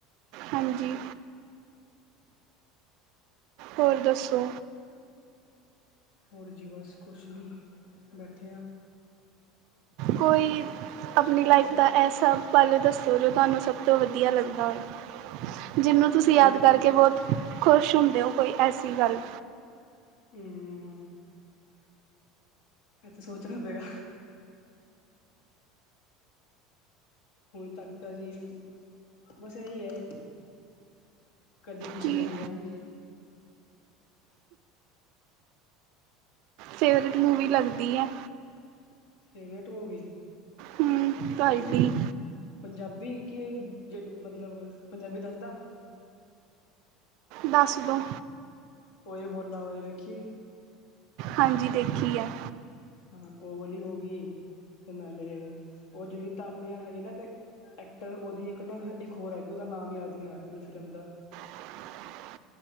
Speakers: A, on the right; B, on the left.
A: ਹਾਂਜੀ ਹੋਰ ਦੱਸੋ।
B: ਹੋਰ ਜੀ ਬਸ ਕੁਛ ਨਹੀਂ, ਬੈਠੇ ਅ
A: ਕੋਈ ਆਪਣੀ ਲਾਈਫ ਦਾ ਐ ਸਾਭ ਬਾਰੇ ਦੱਸੋ, ਜੋ ਤੁਹਾਨੂੰ ਸਭ ਤੋਂ ਵਧੀਆ ਲੱਗਦਾ ਹੋਵੇ। ਜਿਹਨੂੰ ਤੁਸੀਂ
B: ਹਾਲੇ
A: ਯਾਦ ਕਰਕੇ
B: ਤ
A: ਬਹੁਤ ਖੁਸ਼ ਹੁੰਦੇ ਹੋ ।ਕੋਈ ਐਸੀ ਗੱਲ
B: <unintelligible> ਇਹ ਤਾਂ ਸੋਚਣਾ ਪਏਗਾ। ਹੁਣ ਤੱਕ ਤਾਂ ਜੀ, ਬਸ ਇਹੀ ਹੈ। ਕਦੀ ਖੁਸ਼ੀ
A: ਕਿ
B: ਕਦੀ ਗਮ
A: ਫੇਵਰਟ ਮੂਵੀ ਲੱਗਦੀ ਹੈ।
B: ਫੇਵਰੇਟ ਮੂਵੀ,
A: ਹੂੰ ਤੁਹਾਡੀ
B: ਉਹ ਪੰਜਾਬੀ। ਬ ਕੇ ਜੜ ਮਤਲਬ ਪੰਜਾਬੀ ਦੱਸਦਾ।
A: ਦਸ ਦੋ
B: ਉਹੀ ਬੋਲਾ ਓਈ ਦੇਖੀ
A: ਹਾਂਜੀ ਦੇਖੀਏ ਹੈ।
B: ਹਾਂ। ਉਹ ਵਾਲੀ ਹੋ ਗਈ। ਤੇ ਨਾਲੇ ਉਹ ਜਿਹੜੀ ਤਾਣਿਆ ਹੈਗੀ ਐਕਟਰ, ਉਹਦੀ ਇੱਕ ਨਾ ਇੱਕ ਹੋਰ ਹੈਗੀ। ਉਹਦਾ ਨਾਮ ਯਾਦ ਨਹੀਂ ਆ ਰਿਹਾ ਮੈਨੂੰ ਫਿਲਮ ਦਾ।
A: <inaudible>